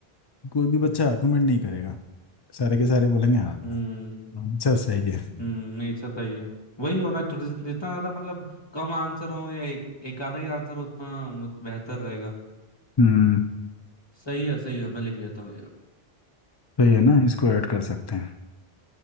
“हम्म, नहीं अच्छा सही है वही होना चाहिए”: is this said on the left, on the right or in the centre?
Left